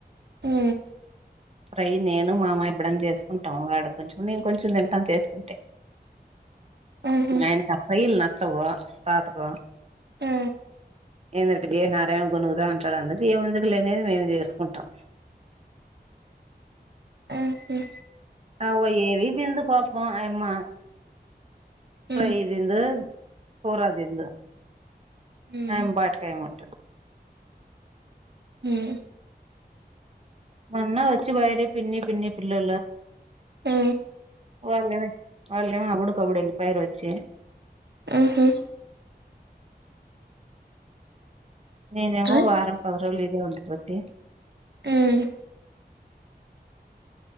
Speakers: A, on the right; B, on the right.
A: ఉ
B: ఫ్రై నేను మామ ఇప్పుడని చేసుకుంటాం వాడు కొంచెం నేను కొంచెం తింటాం చేసుకుంటే
A: ఉహు
B: ఆయనకు ఆ ఫ్రైలు నచ్చవు తాతక్కు
A: ఆ
B: ఏందుంటే జయనారాయణ గొనుగుదా అంటాడు అందుకు ఏ ముందుకు లేనిది మేము చేసుకుంటాం
A: ఉహు
B: అవ ఏవీ తిందు పాపం ఆయమ ఫ్రై
A: ఉమ్
B: తిందు కుర్ర తిందు
A: ఉమ్
B: అ పాట్కాయ ముంటుంది
A: మ్మ్
B: మొన్న వచ్చి వయరి పిన్ని పిన్ని పిల్ల
A: ఆ
B: వాళ్ళు వాళ్ళు ఏమైనా అప్పుడకపుడు వెళ్లిపోయారు వచ్చి
A: ఆహా
B: నేనేమో
A: ట్రై
B: వారం పది రోజులు ఇడే ఉండీపోతి
A: ఉమ్